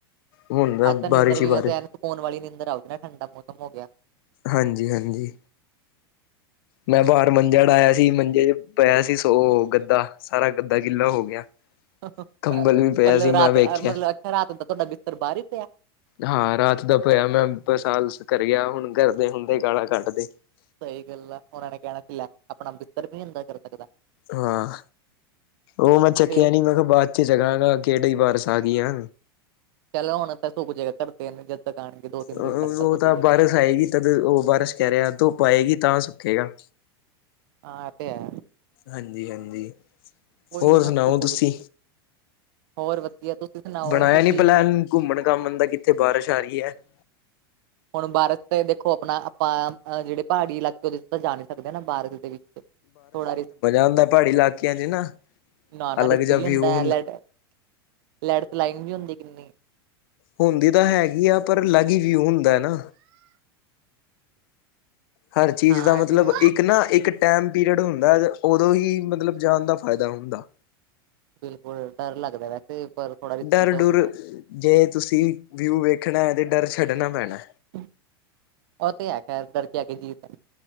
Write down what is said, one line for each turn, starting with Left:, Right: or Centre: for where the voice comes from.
Left: ਹੁਣ
Right: ਅੱਜ ਤਾਂ
Left: ਬਾਰਿਸ਼
Right: ਨਿੰਦਰ ਵੀ
Left: ਹੀ ਬਾਰਿਸ਼
Right: ਵੈਸੇ ਸੁ ਸਕੋਨ ਵਾਲੀ ਨਿੰਦਰ ਆਉਗੀ ਨਾ ਠੰਡਾ ਮੌਸਮ ਹੋ ਗਿਆ।
Left: ਹਾਂਜੀ ਹਾਂਜੀ। ਮੈਂ ਬਾਹਰ ਮੰਜਾ ਡਾਇਆ ਸੀ ਮੰਜੇ ਚ ਪਿਆ ਸੀ ਸੋ ਗੱਦਾ ਸਾਰਾ ਗੱਦਾ ਗਿਲਾ ਹੋ ਗਿਆ
Right: ਅੱਜ
Left: ਕੰਬਲ ਵੀ ਪਿਆ
Right: ਮਤਲਬ
Left: ਸੀ ਮੈਂ
Right: ਰਾਤ
Left: ਵੇਖਿਆ
Right: ਮਤਲਬ ਰਾਤ ਦਾ ਤੁਹਾਡਾ ਬਿਸਤਰ ਬਾਹਰ ਹੀ ਪਿਆ
Left: ਹਾਂ ਰਾਤ ਦਾ ਪਿਆ ਮੈਂ ਬਰਸਾਤ ਘਰੇ ਗਿਆ ਹੁਣ ਘਰਦੇ ਹੁੰਦੇ ਕਾਲਾ ਕਢ ਦੇ
Right: ਸਹੀ ਗੱਲ ਆ ਉਹਨਾਂ ਨੇ ਕਹਿਣਾ ਸੀ ਲੈ ਆਪਣਾ ਬਿੱਸਤਰ ਵੀ ਅੰਦਰ ਕਰ ਸਕਦਾ
Left: ਹਾਂ ਉਹ ਮੈਂ ਚੱਕਿਆ
Right: ਫੇਰ
Left: ਨੀ ਮੈਂ ਕਿਹਾ ਬਾਅਦ ਚ ਚਕਾਗਾ ਕਿਹੜੀ ਬਾਰਿਸ ਆ ਗਈ ਆ।
Right: ਚਲੋ ਹੁਣ ਤਾਂ ਸੁੱਕ ਜੇਗਾ ਧਰਦੇ ਜਦ ਤੱਕ ਆਣਗੇ ਦੋ ਤਿੰਨ
Left: ਉਹ
Right: ਦਿਨ ਤੱਕ ਤਾਂ ਸੁੱਕ ਜਏਗਾ।
Left: ਬਾਰਿਸ਼ ਆਏਗੀ ਤਦ ਉਹ ਬਾਰਿਸ਼ ਕਹਿ ਰਿਹਾ ਧੁੱਪ ਆਏਗੀ ਤਾਂ ਸੁੱਕੇਗਾ
Right: ਹਾਂ ਆ ਤੇ ਹੈ
Left: ਹਾਂਜੀ ਹਾਂਜੀ
Right: ਕੋਈ
Left: ਹੋਰ
Right: ਨਾ
Left: ਸੁਣਾਓ
Right: ਧੁੱਪ
Left: ਤੁਸੀਂ।
Right: ਵੀ ਨਿਕਲ ਹੋਰ ਵਧੀਆ ਤੁਸੀਂ ਸੁਣਾਓ
Left: ਬਣਾਇਆ
Right: ਤੁਸੀਂ
Left: ਨੀ ਪਲੈਨ ਘੁੰਮਣ ਘਾਮਣ ਦਾ ਕਿੱਥੇ ਬਾਰਿਸ਼ ਆ ਰਹੀ ਹੈ। <inaudible>
Right: ਹੁਣ ਬਾਰਸ ਤੇ ਦੇਖੋ ਆਪਣਾ ਆਪਾਂ ਜਿਹੜੇ ਪਹਾੜ ਇਲਾਕੇ ਦੇ ਤਾਂ ਜਾ ਨਹੀਂ ਸਕਦੇ ਨਾ ਬਾਰ ਦੇ ਵਿੱਚ ਥੋੜਾ ਰ
Left: ਬੰਦਾ ਪਹਾੜੀ ਇਲਾਕਿਆਂ ਚ ਨਾ।
Right: ਨਾ
Left: ਅਲੱਗ
Right: ਰਿਸਕ
Left: ਜਿਹਾ
Right: ਵੀ
Left: ਵਿਊ
Right: ਹੁੰਦਾ ਹੈ ਲੈਟ ਲੈਟ ਸਲਾਈਗ ਵੀ ਹੁੰਦੀ ਕਿੰਨੀ।
Left: ਹੁੰਦੀ ਤਾਂ ਹੈਗੀ ਆ ਪਰ ਅਲੱਗ ਹੀ ਵਿਊ ਹੁੰਦਾ ਨਾ ਹਰ ਚੀਜ਼
Right: ਹਾਂ
Left: ਦਾ ਮਤਲਬ
Right: ਇਹ ਤੇ ਹੈ
Left: ਇੱਕ ਨਾ ਇੱਕ ਟਾਈਮ ਪੀਰੀਅਡ ਹੁੰਦਾ ਉਦੋਂ ਹੀ ਮਤਲਬ ਜਾਣ ਦਾ ਫਾਇਦਾ ਹੁੰਦਾ।
Right: ਬਿਲਕੁਲ ਡਰ ਲੱਗਦਾ ਵੈਸੇ ਪਰ ਥੋੜਾ ਜਤੀ
Left: ਡਰ
Right: ਦਾ
Left: ਡੁਰ
Right: ਹੁੰਦਾ
Left: ਜੇ ਤੁਸੀਂ ਵਿਊ ਵੇਖਣਾ ਹੈ ਤੇ ਡਰ ਛੱਡਣਾ ਪੈਣਾ।
Right: ਉਹ ਤੇ ਹੈ ਫੇਰ ਡਰ ਕੇ ਅੱਗੇ ਜੀਤ ਹੈ।